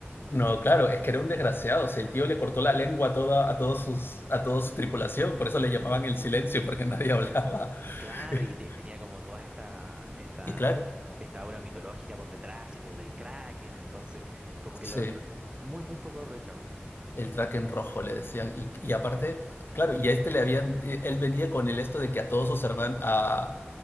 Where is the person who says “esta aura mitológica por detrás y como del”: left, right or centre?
Right